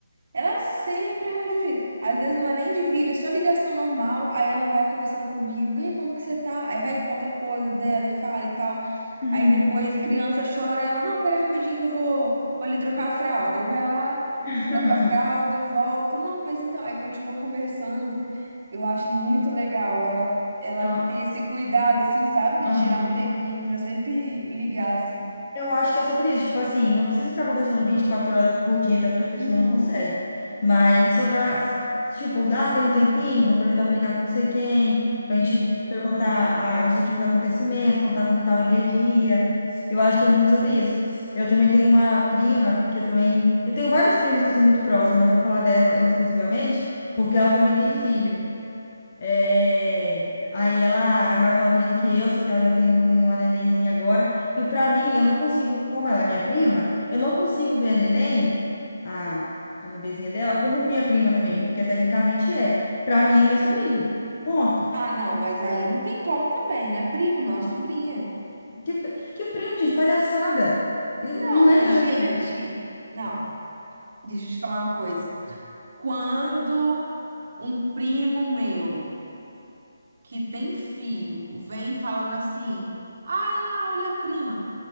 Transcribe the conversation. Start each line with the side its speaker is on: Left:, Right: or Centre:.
Right: Ela sempre arranja um jeito. Às vezes não é nem de vídeo, é só ligação normal. Aí ela vai conversando comigo. E aí, como que você tá? Aí vai e conta coisa dela e fala e tal.
Left: Uhum.
Right: Aí depois criança chora, ela, não, pera rapidinho que eu vou, vou ali trocar a fralda. Aí vai lá,
Left: <laughs>
Right: troca a fralda, volta. Não, mas então, aí continua conversando. Eu acho muito legal ela ela
Left: Eu,
Right: ter esse cuidado assim, sabe? De
Left: aham.
Right: tirar um tempinho pra sempre ligar assim.
Left: Eu acho que é sobre isso. Tipo assim, não precisa ficar conversando 24 horas por dia, tá? Porque a pessoa
Right: Uhum.
Left: não consegue. Mas sobrar, tipo, dá, tem um tempinho, vou aproveitar para ligar para não sei quem, pra
Right: Isso.
Left: gente perguntar ah, os últimos acontecimentos, contar como tá o dia a dia. Eu acho que é muito sobre isso. Eu também tenho uma prima, que eu também. Eu tenho várias primas que eu sou muito próxima, mas eu vou falar dela exclusivamente, porque ela também tem filho. É, Aí ela é mais novinha do que eu, só que ela já tem, tem uma nenenzinha agora. E pra mim, eu não consigo, como ela é minha prima, eu não consigo ver a neném, a, a bebezinha dela, como minha prima também, porque tecnicamente é. Pra mim é minha sobrinha. Ponto.
Right: Ah, não, mas aí não tem como também, né? Primo não, é sobrinha.
Left: Que, que primo, gente, palhaçada. E
Right: Não,
Left: Não entra na minha
Right: gente,
Left: cabeça.
Right: não. Deixa eu te falar uma coisa. Quando um primo meu que tem filho vem falando assim: ai lá, olha a prima.